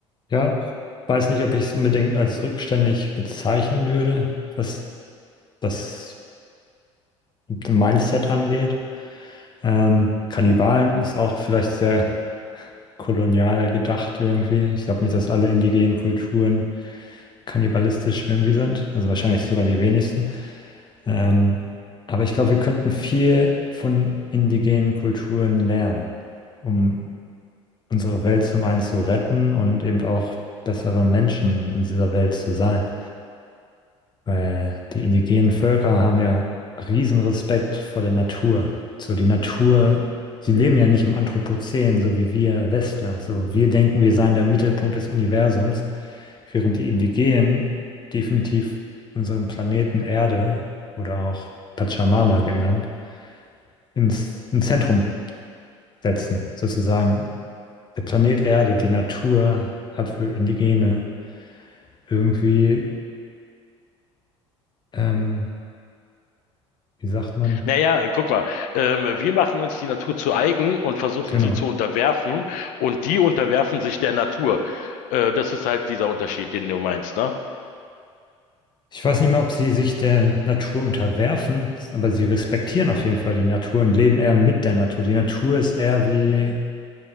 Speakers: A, on the left; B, on the left.
A: Ja, weiß nicht, ob ich es unbedingt als rückständig bezeichnen würde, was das Mindset angeht. Ähm, Kannibalen ist auch vielleicht sehr kolonial gedacht irgendwie. Ich glaube nicht, dass alle indigenen Kulturen kannibalistisch irgendwie sind. Also wahrscheinlich sogar die wenigsten. Ähm, aber ich glaube, wir könnten viel von indigenen Kulturen lernen, um unsere Welt zum einen zu retten und eben auch bessere Menschen in dieser Welt zu sein. Weil die indigenen Völker haben ja riesen Respekt vor der Natur. So die Natur, sie leben ja nicht im Anthropozän, so wie wir Westler. So wir denken, wir seien der Mittelpunkt des Universums, während die Indigenen definitiv unseren Planeten Erde oder auch Pachamama genannt, ins, ins Zentrum setzen. Sozusagen der Planet Erde, die Natur hat für Indigene irgendwie, ähm, wie sagt man,
B: Naja, guck mal, ähm, wir machen uns die Natur zu eigen und versuchen
A: genau
B: sie zu unterwerfen und die unterwerfen sich der Natur. Äh, das ist halt dieser Unterschied, den du meinst, ne?
A: Ich weiß nicht mehr, ob sie sich der Natur unterwerfen, aber sie respektieren auf jeden Fall die Natur und leben eher mit der Natur. Die Natur ist eher wie,